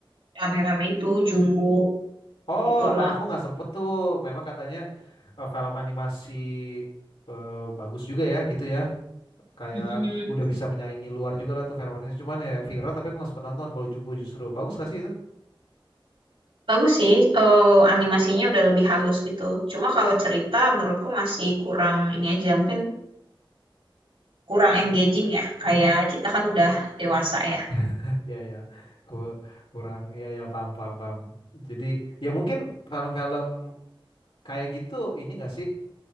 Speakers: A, on the right; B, on the left.
A: rame-rame itu, Jumbo.
B: oh
A: Itu doang.
B: nah aku nggak sempet tuh memang katanya eh, film animasi eh, bagus juga ya gitu ya kayak
A: Mhm.
B: udah bisa menyaingi luar juga lah tuh Velvet cuman ya viral tapi aku nggak sempet nonton kalau Jumbo justru bagus gak sih itu
A: Bagus sih, eh, animasinya udah lebih halus gitu. Cuma kalau cerita menurutku masih kurang ini aja. Mungkin kurang engaging ya. Kayak kita kan udah dewasa ya.
B: <laughs> ya ya ku- kurang ya ya paham paham paham jadi ya mungkin film-film kayak gitu ini gak sih